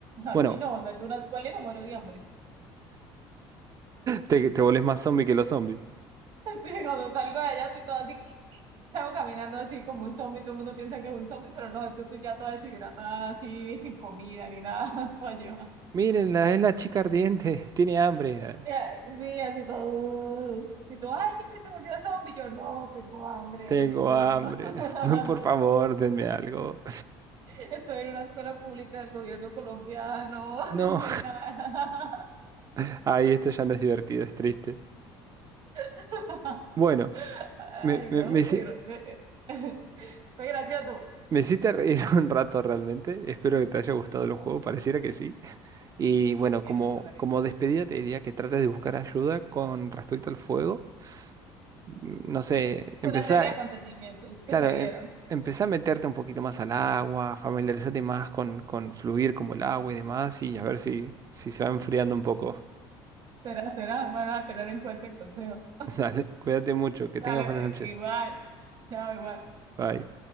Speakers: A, on the right; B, on the right.
A: aquí
B: Bueno.
A: no, meto una escuela y me muero de hambre. <laughs>
B: Te, te volvés más zombie que los zombies.
A: Sí, cuando salgo de allá estoy toda así. Salgo caminando así como un zombie, todo el mundo piensa que es un zombie, pero no, es que estoy ya toda deshidratada, así, sin comida ni nada. <laughs> Oye, ma.
B: Mírenla, es la chica ardiente, <laughs> tiene hambre.
A: Ya, sí, así todo. Y todo, ay, mira, se volvió zombie. Yo no, tengo hambre,
B: Tengo
A: no he comido.
B: hambre.
A: <laughs>
B: <laughs> Por favor, denme algo.
A: Estoy en una escuela pública del gobierno colombiano,
B: No,
A: <laughs> no hay nada.
B: <laughs> Ahí esto ya no es divertido, es triste.
A: <laughs>
B: Bueno,
A: Ay,
B: me, me,
A: no,
B: me, hici-
A: pero. eh, eh, <laughs> Fue gracioso.
B: me hiciste reír <laughs> un rato realmente. Espero que te haya gustado el juego, pareciera que sí. Y bueno, como,
A: Eso es una
B: como despedida te diría que trates de buscar ayuda con respecto al fuego. Mm, No sé,
A: <laughs>
B: empezá.
A: una serie de acontecimientos que
B: Claro,
A: se
B: em-
A: dieron.
B: empezá a meterte un poquito más al agua, familiarizate más con, con fluir como el agua y demás, y a ver si, si se va enfriando un poco.
A: Será, será, van a tener en cuenta el consejo.
B: <laughs> Dale, cuídate mucho, que
A: Dale,
B: tengas buenas noches.
A: igual. Chao, igual.
B: Bye.